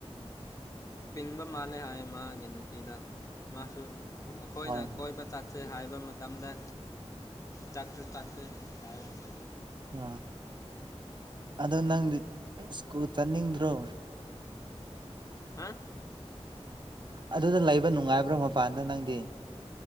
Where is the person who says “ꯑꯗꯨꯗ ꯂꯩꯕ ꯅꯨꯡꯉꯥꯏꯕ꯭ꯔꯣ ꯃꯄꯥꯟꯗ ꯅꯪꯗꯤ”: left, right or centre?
Right